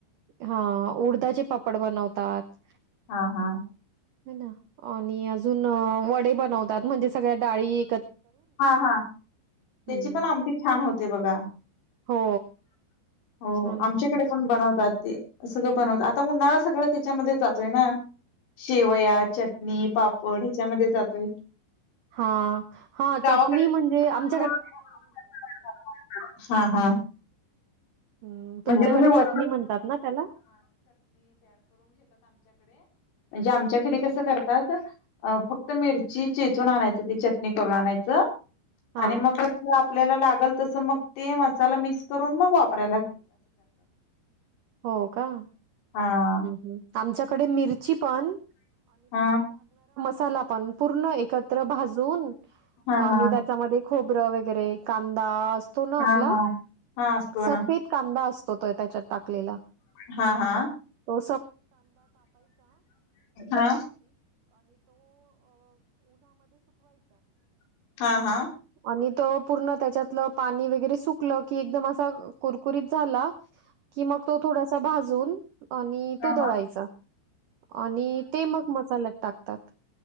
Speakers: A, on the right (about 85°); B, on the left (about 85°).
A: हा उडदाचे पापड बनवतात
B: हा हा
A: मी न. आणि अजून वडे बनवतात म्हणजे सगळ्या डाळी
B: हां, हां. त्याची
A: हं.
B: पण आमटी छान होते बघा.
A: हो.
B: हो
A: छान होते
B: आमच्याकडे
A: त्याची.
B: पण बनवतात ते सगळं बनवतात आता उन्हाळा सगळा त्याच्यामध्ये जातोय ना शेवया, चटणी, पापड ह्याच्यामध्ये जातोय.
A: हा हा
B: गावाकडे
A: चटणी म्हणजे आम
B: <unintelligible>
A: हं, तुमच्याकडे
B: म्हणजे
A: चटणी म्हणतात ना त्याला?
B: आमच्या घरी कसं करतात अ फक्त मिरची चेचून आणायचं ती चटणी करून आणायचं
A: हां.
B: आणि मग कस आपल्याला लाग लागल तस मग ते मसाला मिक्स करून मग वापर
A: हो का हम
B: हा
A: हम आमच्याकडे मिरची पण
B: हा
A: साला पण पूर्ण एकत्र भाजून
B: हा
A: आणि
B: हा
A: त्याच्यामध्ये खोब र वगैरे कांदा, असतो ना
B: हा
A: आपला
B: हा हा असतो
A: सफेद
B: ना
A: कांदा अस तो त्याच्यात टाक लेला
B: हा हा
A: तो
B: हा <inaudible>
A: आणि तो पूर्ण त्याच्यातलं पाणी वगैरे सुकलं की एकदम असा कुरकुरीत झाला, की मग तो थोडासा भाज धुवुन -- आणि
B: हा
A: तो दळायचा. आणि ते मग मसाल्यात टाक तात.